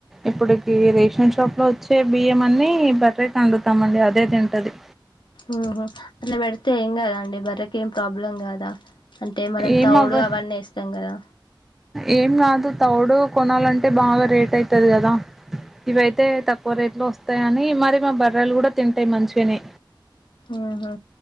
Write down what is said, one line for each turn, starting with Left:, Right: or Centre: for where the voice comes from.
Centre: ఇప్పుడుకి రేషన్ షాప్ లో వచ్చే బియ్యం అన్ని బటరేకి వండుతాము అండి అదే తింటది
Left: ఓహో అట్లా పెడితే ఏం కదా అండి బర్రకి ఏం ప్రాబ్లం కాదా అంటే మనం
Centre: ఏం
Left: తౌడు
Centre: అవ్వ
Left: అవన్ని వేస్తాం కదా
Centre: ఏం కాదు తౌడు కొనాలంటే బాగా రేట్ అయితది కదా ఇవయితే తక్కువ రేట్ లో వస్తాయ అని మరి మా బర్రలు కూడా తింటాయి మంచిగనే
Left: ఉహు